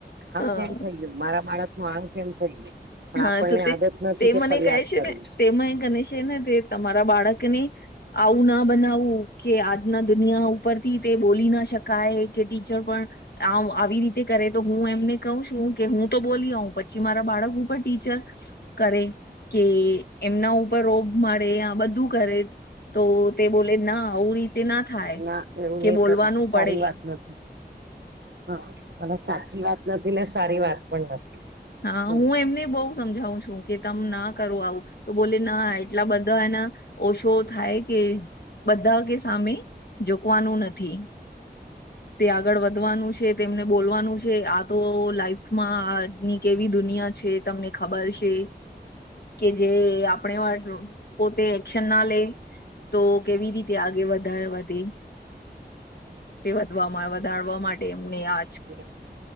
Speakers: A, on the right; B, on the left.
A: આમ
B: હા
A: કેમ થય ગયું મારા બાળક નું આમ કેમ થઈ ગયું
B: હા
A: પણ
B: તો
A: આપણને
B: તે
A: આદત નથી
B: તે
A: કે
B: મને
A: ફરિયાદ
B: કહે છે
A: કરીએ
B: ને તેમાં ગને છે ને તે તમારા બાળકની આવું ના બનાવવું કે આજના દુનિયા ઉપરથી તે બોલી ના શકાય કે ટીચર પણ આવ આવી રીતે કરે તો હું એમને કઉ છું કે હું તો બોલી આવ પછી મારા બાળક પડ ટીચર કરે કે એમના ઉપર રોગ મળે આ બધું કરે તો તે બોલે ના આવું રીતે ના થાય
A: ના એવું
B: કે
A: નહી
B: બોલવાનું
A: કરવાનું
B: પડે.
A: સારી વાત
B: <inaudible> <inaudible>
A: નથી હા અને સાચી વાત નથી ને સારી વાત પણ નથી.
B: હા
A: હમ
B: હું એમને બઉ. સમજાવું છું કે તમ ના કરો આવું તો બોલે ના એટલા બધા એને. ઓશો થાય કે બધા કે સામે જોકવાનું નથી. તે આગળ વધવાનું છે તેમને બોલવાનું છે આ તો લાઈફ. માં ની કેવી દુનિયા છે તમને ખબર છે. કે જે આપણે વાર પોતે એક્શન ના લે. તો કેવી રીતે આગે વધારે વધે. વધમાં વધારવા માટે એમને આ.
A: <unintelligible>